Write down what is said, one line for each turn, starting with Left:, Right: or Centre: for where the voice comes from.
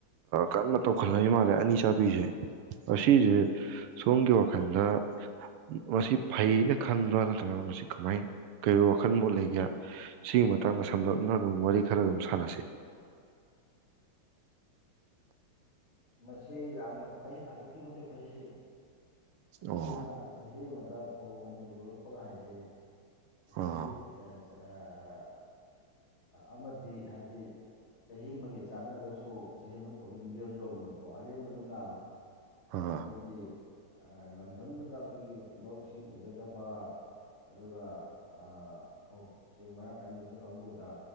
Right: ꯀꯟꯅ ꯇꯧꯈꯠꯂꯛꯏ ꯃꯥꯜꯂꯦ ꯑꯅꯤ ꯆꯥꯕꯤꯁꯦ ꯑꯁꯤꯁꯦ ꯁꯣꯝꯒꯤ ꯋꯥꯈꯜꯗ ꯃꯁꯤ ꯐꯩꯅ ꯈꯟꯕ꯭ꯔꯥ ꯅꯠꯇ꯭ꯔꯒꯅ ꯃꯁꯤ ꯀꯃꯥꯏ ꯀꯔꯤ ꯋꯥꯈꯜ ꯃꯣꯠ ꯂꯩꯒꯦ ꯁꯤꯒꯤ ꯃꯇꯥꯡꯗ ꯁꯝꯂꯞꯅ ꯑꯗꯨꯝ ꯋꯥꯔꯤ ꯈꯔ ꯑꯗꯨꯝ ꯁꯥꯟꯅꯁꯤ
Left: ꯃꯁꯤ ꯌꯥꯝꯅ ꯐꯩ ꯑꯗꯨꯛꯀꯤ ꯃꯇꯤꯛ ꯐꯩ ꯁꯤ ꯑꯈꯣꯏꯅ
Right: ꯑꯣ
Left: ꯆꯍꯤ ꯑꯃꯗ ꯗ ꯐꯧ ꯑꯅꯤ ꯂꯣꯜꯂꯛꯄꯒ ꯍꯥꯏꯁꯤ ꯑꯁꯥꯏꯒꯤ
Right: ꯑꯥ
Left: ꯑ ꯑꯃꯗꯤ ꯍꯥꯏꯗꯤ ꯆꯍꯤ ꯑꯃꯒꯤ ꯆꯥꯟꯅꯔꯒꯁꯨ ꯆꯍꯤ ꯑꯃꯒꯤ ꯐꯥꯎꯕ ꯑꯗꯨꯝ ꯂꯦꯝꯗ꯭ꯔꯣꯕꯅꯦꯕ ꯀꯣ ꯑꯔꯦꯝꯕꯗꯨꯅ
Right: ꯑꯥ
Left: ꯑꯈꯣꯏꯒꯤ ꯂꯝꯗꯝꯗꯨꯗ ꯑꯈꯣꯏꯒꯤ ꯂꯧ ꯏꯁꯤꯡ ꯎꯖꯗꯕ ꯑꯗꯨꯒ ꯐꯧ ꯆꯦꯡ ꯃꯔꯥꯡ ꯀꯥꯏ ꯂꯩꯖꯗꯕ ꯀꯥꯡꯕꯨꯗ